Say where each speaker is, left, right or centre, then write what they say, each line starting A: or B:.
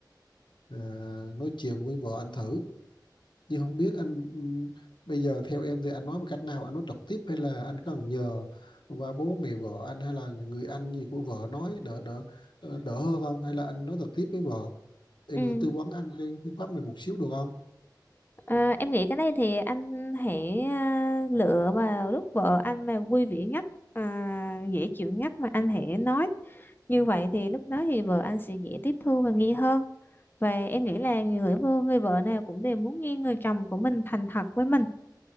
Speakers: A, on the left; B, on the left.
A: ờ, nói chuyện với vợ anh thử nhưng không biết anh ừm, bây giờ theo em thì anh nói một cách nào anh nói trực tiếp hay là anh cần nhờ qua bố mẹ vợ anh hay là người anh gì của vợ nói đỡ đỡ ờ, đỡ hơn không hay là anh nói trực tiếp với vợ em
B: ừ
A: có thể tư vấn anh cái phương pháp này một xíu được không
B: À, em nghĩ cái này thì anh hãy à, lựa vào lúc vợ anh mà vui vẻ nhất, à, dễ chịu nhất mà anh hãy nói. Như vậy thì lúc đó thì vợ anh sẽ dễ tiếp thu và nghe hơn. Và em nghĩ là người vợ, người vợ nào cũng đều muốn nghe người chồng của mình thành thật với mình.